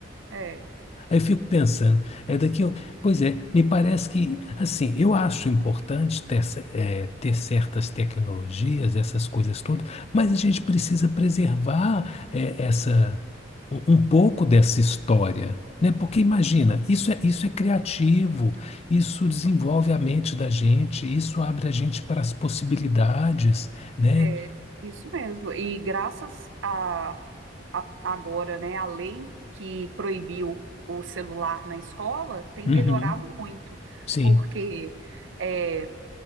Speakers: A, on the right (about 85°); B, on the left (about 35°).
A: É.
B: Aí eu fico pensando, é daqui, eu- pois é, me parece que, assim, eu acho importante ter, ce- eh, ter certas tecnologias, essas coisas todas, mas a gente precisa preservar, eh, essa, um um pouco dessa história, né? Porque imagina, isso é, isso é criativo, isso desenvolve a mente da gente, isso abre a gente para as possibilidades, né?
A: É, isso mesmo. E graças a, a- agora, né, a lei que proibiu o celular na escola tem
B: Uhum,
A: melhorado muito,
B: sim.
A: porque é,